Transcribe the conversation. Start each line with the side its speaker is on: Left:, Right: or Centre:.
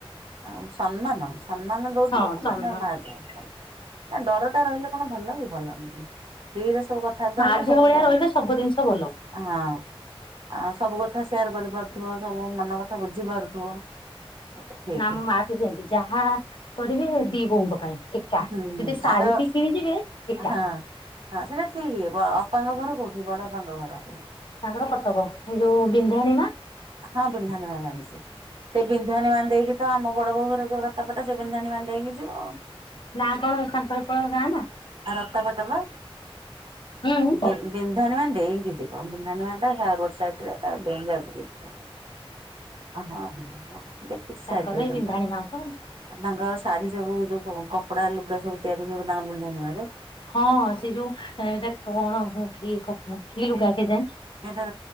Right: ଆଉ ସମ୍ମାନ ସମ୍ମାନ ଦଉଥିବ
Left: ହଁ ସମାନ।
Right: ମାନେ ମା ଯ ନା ଡର ଟା ରହିଲେ କଣ ଭଲ କି ଭଲ ନୁହେଁ। ଫ୍ରୀ ସବୁ କଥାବାର୍ତା
Left: ମା
Right: ହେଲେ
Left: ଝିଅ
Right: ସବୁ
Left: ଭଳିଆ
Right: ସମା
Left: ରହିଲେ ସବୁ ଜିନିଷ ଭଲ
Right: ହଁ ଆଉ ସବୁ କଥା ସେୟାର କରିପାରୁଥିବ ସବୁ ମନ କଥା ବୁଝି ପାରୁଥିବ। ଏଟା ଠିକ।
Left: ନାମ ମାଟି ସେତି ଯାହା କରିବେ ଦି ବୋଉଙ୍କ ପାଇଁ ଏକା
Right: ହୁଁ
Left: ଯଦି ଶାଢୀ
Right: ଆର
Left: ପି କିଣିଯିବେ ଏକା।
Right: ହଁ। ହଁ ସେଇଟା ଠିକ ବାପାଙ୍କ ଘର କୋଉଠି ବଡପାଙ୍କ ଘର।
Left: ତାଙ୍କର କଟକ ଏଇ ଯୋଉ ବିନ୍ଧାଣିୀ ମା।
Right: ହଁ ବିନ୍ଧାାଣିମା ଜାଣଛିି ସେ ବିନ୍ଧାଣିମା ଦେଇକି ତ ଆମ ବଡ ବୋଉ ଘର ଯୋଉ ରତାପଟା ସେ ବିନ୍ଧାଣିମା ଡେଇକି ଯିବ
Left: ନାଁ କଣ ସାଙ୍କରପଳ ଗାଁ ନା।
Right: ଆଉ ରକ୍ତପଟା ବା
Left: ହୁଁ ହୁଁ
Right: ଦେ ବିନ୍ଧାଣିମା ଡେଇଁକି ଯିବ ବିନ୍ଧାଣିମା ଟା ରୋଡ ସାଇଡ ରେ ତାକୁ ଡେଇଁକି ଆଗକୁ ଯିବ। ହଁ ଦେଖିଛି ଶାଇଟରେ
Left: ତାଙ୍କର ଏଇ
Right: କ
Left: ବିନ୍ଧାଣୀ
Right: ଆ
Left: ମା ତ
Right: ତାଙ୍କ ଶାଢୀ ସବୁ ଯୋଉ କପଡା ଲୁଗା ସବୁ ତିଆରି ହବ ତାଙ୍କ ବୁଧା ନୁଆଁରେ।
Left: ହଁ ସେ ଯୋଉ ଏଇଟା କଣ କି କ କି ଲୁଗା କେଜାଣି।
Right: ଏଟ